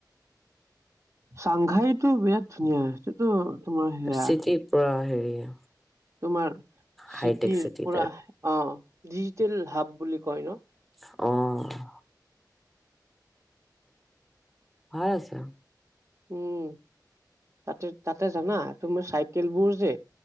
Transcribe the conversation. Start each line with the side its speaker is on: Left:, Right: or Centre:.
Right: চাংঘাইটো বিৰাট ধুনীয়া সেইটোতো তোমাৰ হেয়া
Centre: চিটি পুৰা <inaudible>
Right: তোমাৰ
Centre: হাইটেক
Right: চিটিৰ
Centre: চিটি
Right: পৰা।
Centre: টাইপ
Right: অ', ডিজিটেল হাব বুলি কয় ন?
Centre: অ'। হয় আহিছে।
Right: উম, তাতে তাতে জানা? তুমি চাইকেলবোৰ যে